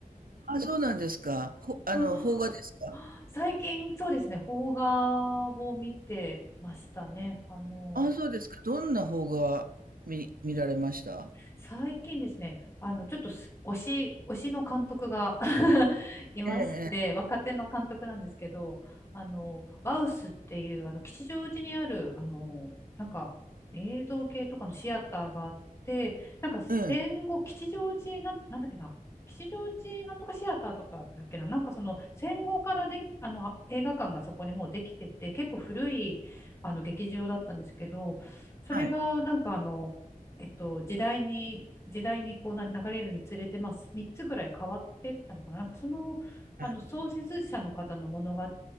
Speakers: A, on the right; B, on the left.
A: あ、そうなんですか。ほ、あの、
B: <laughs>
A: 邦画ですか
B: 最近、そうですね、邦画を見てましたね。あの、
A: あ、そうですか。どんな邦画見、見られました
B: 最近ですね、あの、ちょっとす推し、推しの監督が <laughs> いまして、
A: ええ、
B: 若手の監督なんですけど、あの、バウスっていう、あの、吉祥寺にある、あの、なんか、映像系とかのシアターがあって、なんか戦後、
A: ええ、うん
B: 吉祥寺なん、なんだっけな、吉祥寺なんとかシアターとかだっけな、なんかその戦後からで、あの、映画館がそこにもうできてて、結構古い、あの、劇場だったんですけど、それがなんかあの、
A: はい。
B: えっと、時代に、時代にこうな流れるにつれて、まあ、3つぐらい変わってったのかな。なんかその、
A: はい
B: あの創設者の方の物語